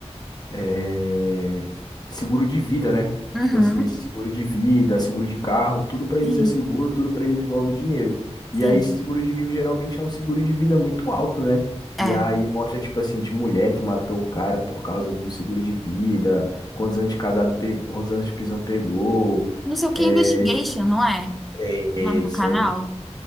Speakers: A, on the left; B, in the centre.
A: é, seguro de vida, né?
B: Uhum.
A: Tipo assim, seguro de vida, seguro de carro, tudo pra eles
B: Sim,
A: é seguro, tudo pra eles envolve dinheiro.
B: sim.
A: E aí esse seguro de vida geralmente é um seguro de vida muito alto, né?
B: É.
A: E aí mostra tipo assim de mulher que matou o cara por causa do seguro de vida, quantos anos de casado pegou, quantos anos de prisão pegou.
B: Eu não sei o que,
A: É,
B: é Investigation,
A: tipo,
B: não é?
A: é
B: O nome
A: isso
B: do canal?
A: aí.